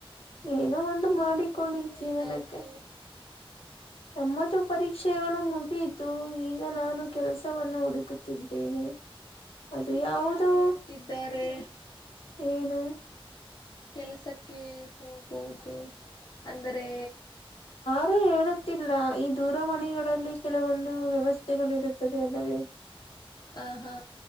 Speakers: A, on the left; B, on the left.
A: ಏನೋ ಒಂದು
B: ನೀವು
A: ಮಾಡಿಕೊಳ್ಳಿ
B: ನಿಮ್ಮದು
A: ಜೀವನಕ್ಕೆ
B: ಏನಾಯ್ತು
A: ನಮ್ಮದು ಪರೀಕ್ಷೆಗಳು ಮುಗಿತು ಈಗ ನಾನು ಕೆಲಸವನ್ನು ಹುಡುಕುತ್ತಿದ್ದೇನೆ ಅದು
B: ನಿಮಗೆ
A: ಯಾವುಧೋ
B: ಯಾರು ಹೇಳುತ್ತಿದ್ದಾರೆ
A: ಏನು
B: ಕೆಲಸಕ್ಕೆ ಹೋಗುವುದು ಅಂದರೆ
A: ಅ ಹೇಳುತ್ತಿಲ್ಲ ಈ ದೂರವಾಣಿಗಳಲ್ಲಿ ಕೆಲವೊಂದು ವ್ಯವಸ್ಥೆಗಳು ಇರುತ್ತದೆ ಅಲ್ಲವೇ
B: ಆ ಹಾ